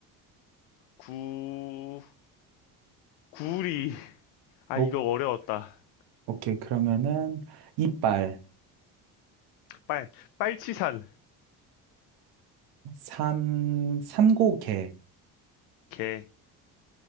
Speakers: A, on the left (about 85°); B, on the right (about 80°).
A: 구 구리 아
B: 오,
A: 이거 어려웠다
B: 오케이. 그러면은, 이빨.
A: 빨 빨치산
B: 산, 산고개.
A: 개